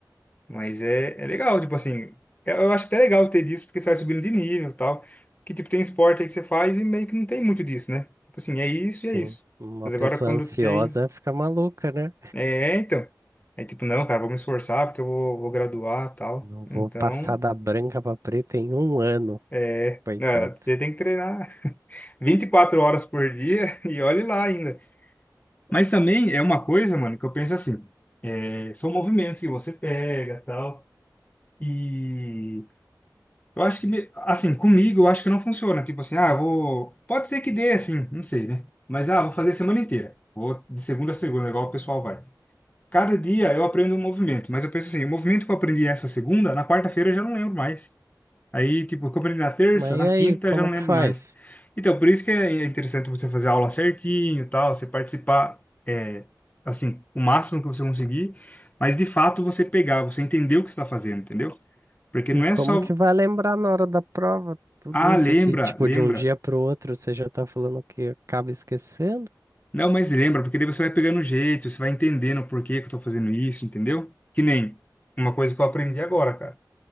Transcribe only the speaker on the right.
Sim.
Uma
pessoa
ansiosa
fica maluca, né?
Não vou
passar da branca pra preta em um ano,
coitado.
Mas
e aí,
como
que faz?
E
como
que vai lembrar na hora da prova tudo
isso?
Se, tipo,
de um dia pro outro você já tá falando que acaba esquecendo?